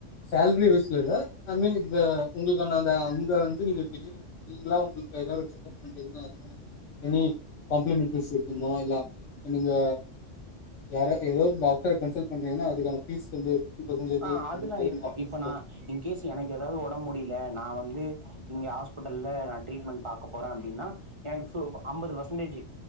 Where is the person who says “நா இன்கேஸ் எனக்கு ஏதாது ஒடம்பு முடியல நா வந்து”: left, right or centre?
Right